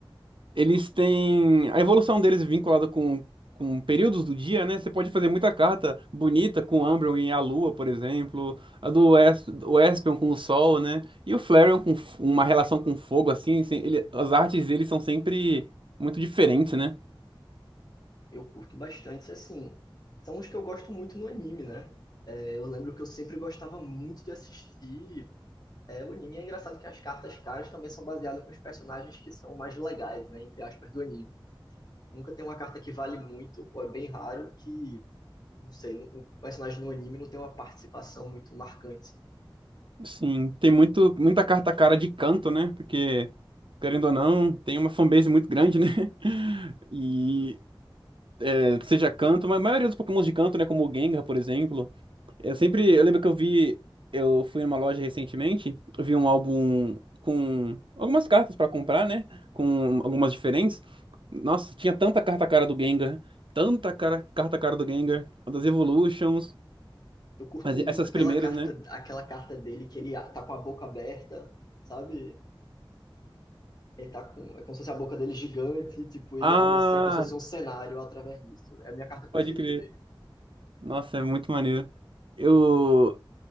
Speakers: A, on the right (about 70°); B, on the left (about 45°).
A: eles têm. A evolução deles vinculada com, com períodos do dia, né? Você pode fazer muita carta bonita com o Umbreon e a Lua, por exemplo. A do Es- o Espeon com o Sol, né? E o Flareon com f- uma relação com fogo, assim. sem- ele- as artes deles são sempre muito diferentes, né?
B: Eu curto bastante, assim, são os que eu gosto muito no anime, né? É, eu lembro que eu sempre gostava muito de assistir é, o anime. É engraçado que as cartas caras também são baseadas nos personagens que são mais legais, né? Entre aspas, do anime. Nunca tem uma carta que vale muito, ou é bem raro, que, não sei, não- o personagem no anime não tem uma participação muito marcante.
A: Sim, tem muito, muita carta cara de canto, né? Porque, querendo ou não, tem uma fanbase muito grande, né? <laughs> E é, seja canto, mas a maioria dos Pokémons de canto, né? Como o Gengar, por exemplo. Eu sempre. Eu lembro que eu vi. Eu fui numa loja recentemente, eu vi um álbum com algumas cartas pra comprar, né? Com algumas diferentes. Nossa, tinha tanta carta cara do Gengar, tanta cara, carta cara do Gengar, das Evolutions,
B: Eu curto
A: as-
B: muito
A: essas
B: aquela
A: primeiras,
B: carta,
A: né?
B: aquela carta dele que ele a- tá com a boca aberta, sabe? Ele tá com. É como se fosse a boca dele gigante, tipo, ele
A: Ah,
B: abre assim, é como se fosse um cenário através disso. É a minha carta preferida
A: pode crer.
B: dele.
A: Nossa, é muito maneiro. Eu,